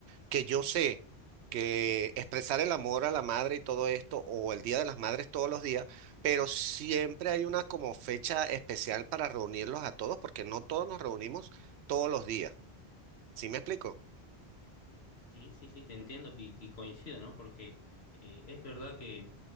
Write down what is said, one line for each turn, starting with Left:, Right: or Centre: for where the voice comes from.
Right: que yo sé que expresar el amor a la madre y todo esto, o el Día de las Madres todos los días, pero siempre hay una como fecha especial para reunirlos a todos, porque no todos nos reunimos todos los días. ¿Sí me explico?
Left: sí, sí, sí, te entiendo y, y coincido, ¿no? Porque eh, es verdad que...